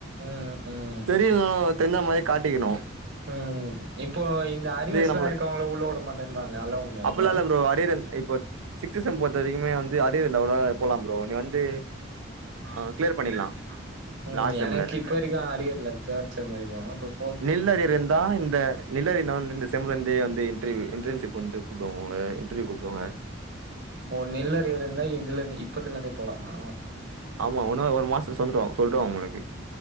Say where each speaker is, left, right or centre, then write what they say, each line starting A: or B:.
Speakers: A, on the right (about 55°); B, on the right (about 85°).
A: ம் ம்
B: தெரிய்ல்னாலு தெர்ஞ்சா மாரி காட்டிக்கிணு
A: அ அ இப்போ இந்த அரியர்ஸ்லா
B: நம்மள
A: இருக்கவுங்ள உள்ள உட மாட்டன்றாங்ளே அத்லா உண்ம்யா
B: அப்பல்லா
A: ப்ரோ
B: இல்ல அரியர் இப்போ சிக்ஸு சம் போத்த வரிக்குமே வந்து அதியர் இர்ந்தா கூட போலாம் ப்ரோ நீ வந்து
A: ஆ
B: கிளியர் பண்ணிடலா
A: க்ளியர் பண்ணிர்லா ம்
B: லாஸ்ட் செம்ல
A: எனக் இப்ப வரிக்கு அரியர் இல்ல தேட் செம் வரிக்கு டூஃப்
B: நில் அரியர் இர்ந்தா இந்த நில் அரியர்ந்தா வந்து இந்த செம்லந்தே வந்து இன்ட்ர்வீயூ இன்டன்ஷிப் வந்து கூப்டுவாங்கல இன்டர்வியூ கூப்டுவாங்க
A: ஒ நில் அரியர் இர்ந்தா இதுலந்து இப்பத்துலந்தே போலாமா
B: ஆமா உன்னவ ஒரு மாஸ்த்துல சொல்டுவாங் சொல்டுவாங்க உங்களுக்கு